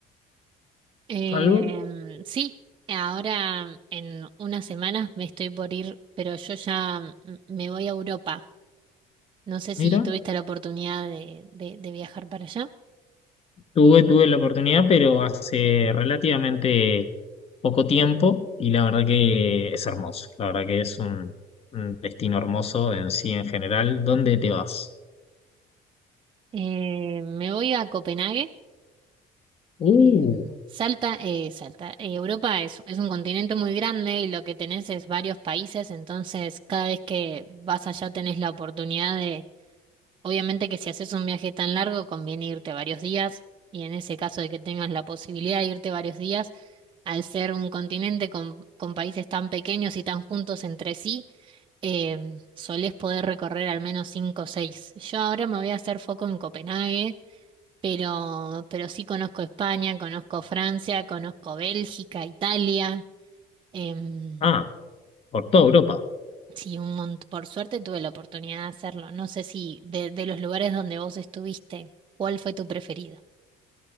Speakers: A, on the right (about 30°); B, on the left (about 35°).
A: Em,
B: algo?
A: sí, ahora en unas semanas me estoy por ir, pero yo ya mm, me voy a Europa. No sé si
B: Mira,
A: tuviste la oportunidad de, de- de viajar para allá.
B: tuve, tuve la oportunidad, pero hace relativamente poco tiempo y la verdad que es hermoso. La verdad que es un, un destino hermoso en sí en general. ¿Dónde te vas?
A: Eh, me voy a Copenhague.
B: Uh,
A: Em, Salta, eh, Salta. eh, Europa es, es un continente muy grande y lo que tenés es varios países, entonces cada vez que vas allá tenés la oportunidad de, obviamente que si haces un viaje tan largo conviene irte varios días y en ese caso de que tengas la posibilidad de irte varios días, al ser un continente con, con países tan pequeños y tan juntos entre sí. eh, solés poder recorrer al menos cinco o seis. Yo ahora me voy a hacer foco en Copenhague, pero, pero sí conozco España, conozco Francia, conozco Bélgica, Italia. em,
B: ah, por toda Europa.
A: sí, un mont- por suerte tuve la oportunidad de hacerlo. No sé si de, de los lugares donde vos estuviste, ¿cuál fue tu preferido?